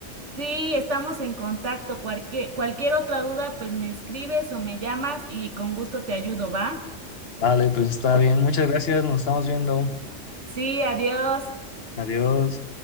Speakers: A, on the right; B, on the left.
A: Sí, estamos en contacto. Cualquier, cualquier otra duda, pues me escribes o me llamas y con gusto te ayudo, ¿va?
B: Vale, pues está bien, muchas gracias, nos estamos viendo,
A: Sí, adiós.
B: adiós.